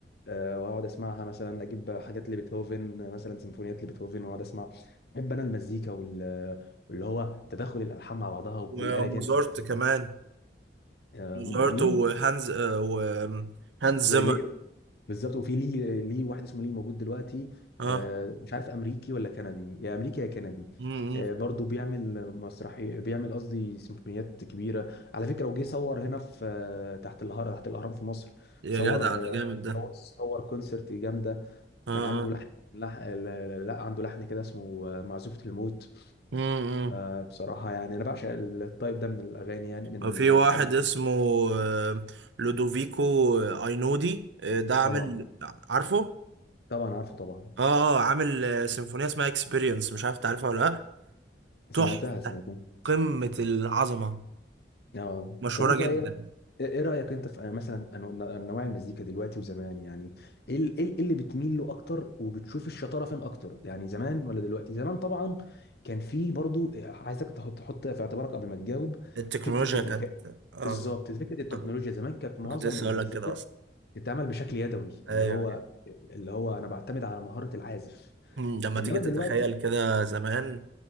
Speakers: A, on the left; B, on the right.
A: آه، واقعد اسمعها مثلا اجيب حاجات لبيتهوفن آه، مثلا سيمفونيات لبيتهوفن واقعد اسمع بحب انا المزيكا وال- واللي هو تداخل الالحان مع بعضها
B: وموزارت
A: والاله دي بتعزف
B: كمان
A: دي آه،
B: موزارت
A: مين
B: وهانز آه، وهانز
A: وليه
B: زيمر
A: بالظبط وفي ليه ليه واحد اسمه ليه موجود دلوقتي
B: اه
A: آه، مش عارف امريكي ولا كندي يا امريكي يا كندي
B: امم
A: آه، برضه بيعمل مسرحي بيعمل قصدي سيمفونيات كبيره على فكره وجي صور هنا في آه، تحت الهرم تحت الاهرام في مصر
B: يا
A: صور
B: جدع ده جامد ده
A: آه، صور كونسرت جامده
B: اه
A: كان عنده لحن لح... لا لا، عنده لحن كده اسمه آه، معزوفة الموت
B: امم
A: آه، بصراحة يعني أنا بعشق التايب ده من الأغاني يعني من الألحان
B: وفي واحد اسمه آه، لودوفيكو آه، اينودي آه، ده عامل
A: طبعا
B: عارفه
A: طبعا عارفه طبعا
B: اه اه عامل آه، سيمفونية اسمها اكسبيرينس مش عارف تعرفها ولا لا
A: سمعتها
B: تحفة
A: سمعتها
B: قمة العظمة
A: اه
B: مشهورة
A: طب أنت
B: جدا
A: إيه إيه رأيك أنت في آه، مثلا أنو- أنواع المزيكا دلوقتي وزمان يعني إيه ال- إيه اللي بتميل له أكتر وبتشوف الشطارة فين أكتر يعني زمان ولا دلوقتي زمان طبعا كان في برضو آه، عايزك تحط تحط في اعتبارك قبل ما تجاوب
B: التكنولوجيا
A: فكرة الإمكان
B: كانت اه
A: بالظبط فكره التكنولوجيا
B: آه.
A: زمان كانت معظم
B: كنت لسه
A: المزيكا
B: اقول لك كده اصلا
A: بتتعمل بشكل يدوي اللي
B: ايوه
A: هو اللي هو انا بعتمد على مهارة العازف
B: مم، لما
A: انما
B: تيجي تتخيل
A: دلوقتي
B: كده زمان